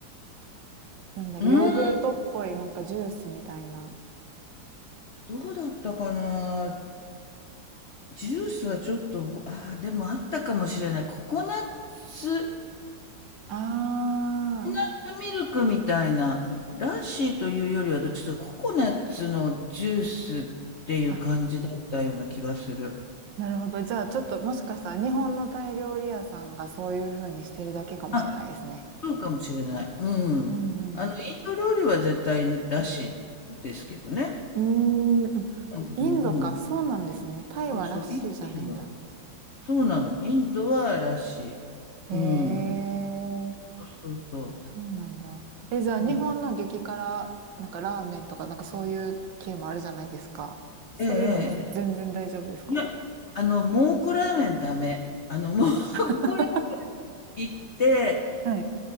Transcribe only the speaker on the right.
なんだろう、
ヨーグルトっぽいなんかジュースみたいな。
あ
あ。あ、なるほど。じゃあちょっともしかしたら日本のタイ料理屋さんがそういう風にしてるだけかもしれないですね。
うんうん。
うーん、
インドか。そうなんですね。タイはラッシーじゃないんだ。
へえ、
そうなんだ。え、じゃあ日本の激辛、
なんかラーメンとか、なんかそういう系もあるじゃないですか。そういうのも全然大丈夫ですか
<laughs>
はい。